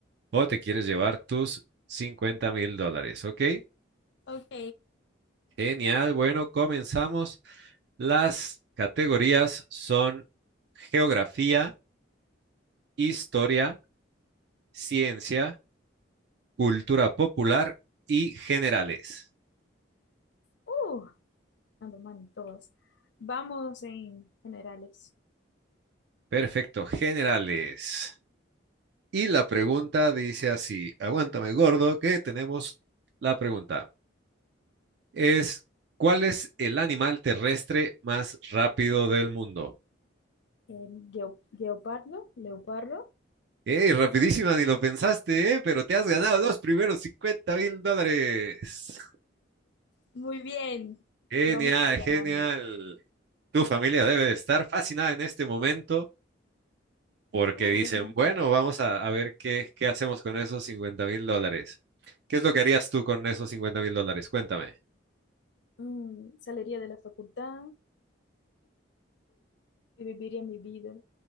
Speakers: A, on the right; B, on the left.
A: o te quieres llevar tus cincuenta mil dólares. ¿Ok?
B: Ok.
A: Genial. Bueno, comenzamos. Las categorías son geografía, historia, ciencia, cultura popular y generales.
B: Uh, ando mal en todos. Vamos en generales.
A: Perfecto, generales. Y la pregunta dice así, aguántame gordo, que tenemos la pregunta. Es, ¿cuál es el animal terrestre más rápido del mundo?
B: Eh, Geo- Geopardo, Leopardo.
A: ¡Ey, rapidísima, ni lo pensaste, ¿eh? Pero te has ganado los primeros cincuenta mil dólares.
B: Muy bien.
A: Genial,
B: Vamos ganando.
A: genial. Tu familia debe de estar fascinada en este momento porque
B: Uh,
A: dicen,
B: venga,
A: bueno,
B: venga.
A: vamos a, a ver qué, qué hacemos con esos cincuenta mil dólares. ¿Qué es lo que harías tú con esos cincuenta mil dólares? Cuéntame.
B: Mm, saliría de la facultad y viviría mi vida